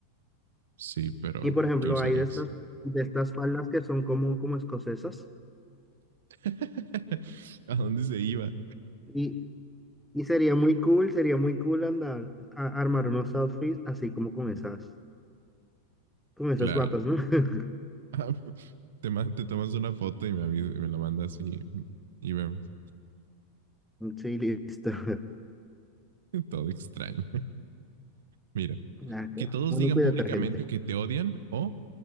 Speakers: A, on the right (about 60°); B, in the centre.
A: Sí, pero
B: Y por ejemplo,
A: ¿qué usarías?
B: hay de estas, de estas faldas que son como, como escocesas.
A: <laughs> ¿A dónde se iba?
B: Y, y sería muy cool, sería muy cool andar a, armar unos outfits así como con esas, con esas
A: Claro.
B: batas, ¿no? <laughs>
A: <laughs> Ah, te, ma- te tomas una foto y me, avi- me la mandas y, y vemos.
B: Sí, listo. <laughs>
A: <laughs> Todo extraño. Mira,
B: Nada, que
A: que
B: va.
A: todos
B: Único
A: digan
B: y
A: públicamente
B: detergente.
A: que te odian o,